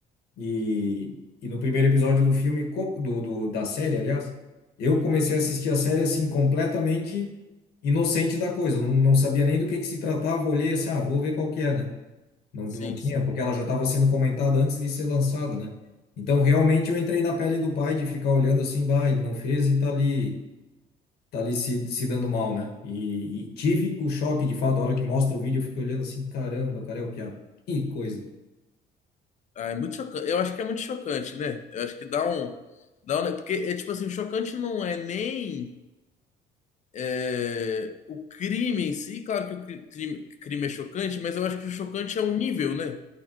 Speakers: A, on the left; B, on the left.
A: E, e no primeiro episódio do filme, co- do, do- da série, aliás, eu comecei a assistir a série assim, completamente inocente da coisa. Não, não sabia nem do que, que se tratava, olhei assim, ah, vou ver qual que é, né? Não,
B: Sim,
A: não tinha,
B: sim.
A: porque ela já estava sendo comentada antes de ser lançada, né? Então, realmente, eu entrei na pele do pai de ficar olhando assim, bah, ele não fez e tá ali tá ali se, se dando mal, né? E, e tive o choque, de fato, a hora que mostra o vídeo, eu fiquei olhando assim, caramba, cara, é o Piá. Que coisa.
B: Ah, é muito chocante. Eu acho que é muito chocante, né? Eu acho que dá um. Dá um... Porque é tipo assim, o chocante não é nem é, o crime em si, claro que o cri- crime, crime é chocante, mas eu acho que o chocante é o nível, né?